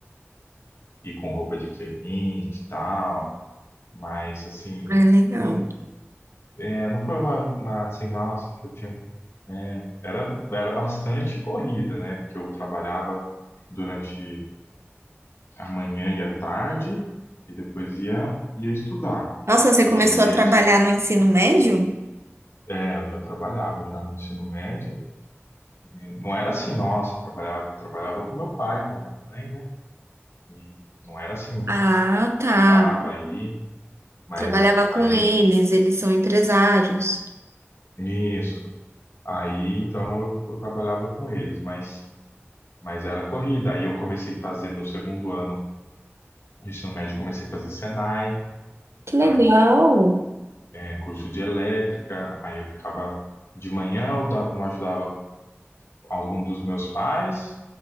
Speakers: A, on the left; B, on the right.
A: e com roupa diferente e tal, mas, assim,
B: É legal.
A: não, é, não foi uma, uma, assim, nossa, que eu tinha, né, era, era bastante corrida, né, porque eu trabalhava durante amanhã ia tarde e depois ia, ia estudar.
B: Nossa, você
A: E
B: começou
A: eu ia
B: a trabalhar
A: de.
B: no ensino médio?
A: É, eu já trabalhava já no ensino médio. E não era assim, nossa, trabalhava, trabalhava com meu pai, com a minha mãe, né? E não era assim,
B: Ah,
A: precisava
B: tá.
A: ir, mas,
B: Trabalhava com
A: mas
B: eles, eles são empresários.
A: isso. Aí então eu, eu trabalhava com eles, mas, mas era corrida. Aí eu comecei a fazer no segundo ano do ensino médio, comecei a fazer Senai.
B: Que legal.
A: Aí é, curso de elétrica, aí eu ficava de manhã, eu dava uma ajudava algum dos meus pais,